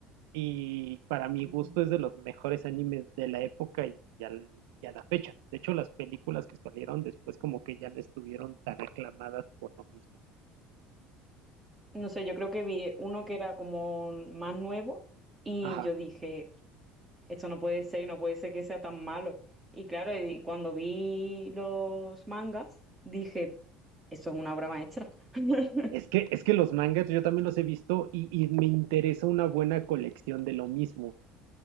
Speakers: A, on the right (about 85°); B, on the right (about 20°).
A: y para mi
B: Mm.
A: gusto es de los mejores animes de la época y, al- y a la fecha. De hecho, las películas que salieron después como que ya no estuvieron tan aclamadas por lo mismo.
B: no sé, yo creo que vi uno que era como más nuevo y
A: Ajá.
B: yo dije, esto no puede ser, no puede ser que sea tan malo. Y claro, y cuando vi los mangas, dije, eso es una obra maestra. <laughs>
A: Es que, es que los mangas yo también los he visto y, y me interesa una buena colección de lo mismo.